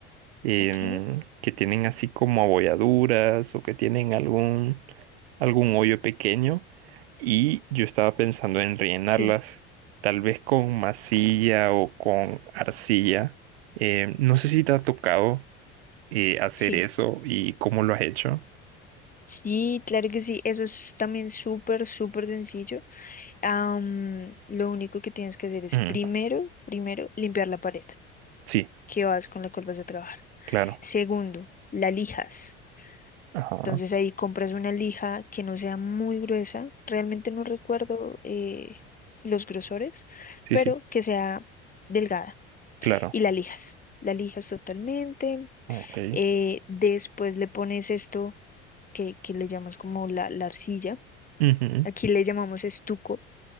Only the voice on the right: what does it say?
em,
que tienen así como abolladuras o que tienen algún, algún hoyo pequeño y yo estaba pensando en rellenarlas
tal vez con masilla o con arcilla. Em, no sé si te ha tocado eh, hacer
eso y cómo lo has hecho.
Mm,
sí,
claro.
Ajá.
Sí,
sí,
claro.
Ok.
Ujú.